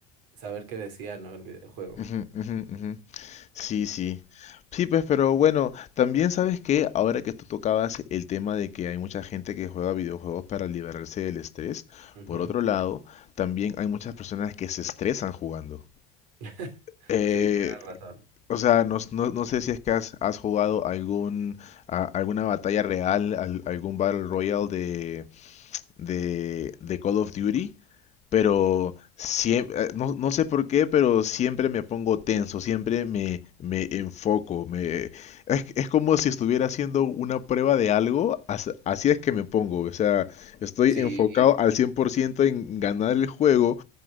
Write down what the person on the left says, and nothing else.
Ujú, ujú, ujú. Sí, sí. Sí, pues, pero bueno, también sabes que ahora que tú tocabas el tema de que hay mucha gente que juega videojuegos para liberarse del estrés,
por otro lado, también hay muchas personas que se estresan jugando.
Eh,
o sea, no, s- no- no sé si es que has, has jugado algún, a- alguna batalla real, al- algún Battle Royale de, de, de Call of Duty, pero siempre, no, no sé por qué, pero siempre me pongo tenso, siempre me, me enfoco, me, es, es como si estuviera haciendo una prueba de algo, as- así es que me pongo, o sea, estoy
enfocado al 100% en ganar el juego,